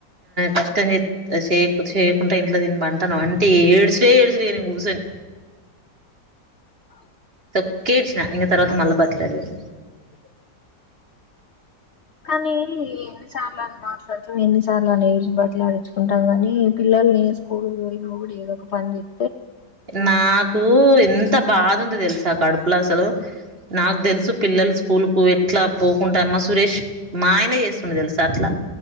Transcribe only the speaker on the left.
అ
కానీ ఛాంబర్ మాట్. అర్తం ఎన్నిసార్లు అనీ బతిలాడిచ్చుకుంటావ్, కాని పిల్లల్ని స్కూల్ తొలిన కూడా ఏదో ఒక పని చేయ్.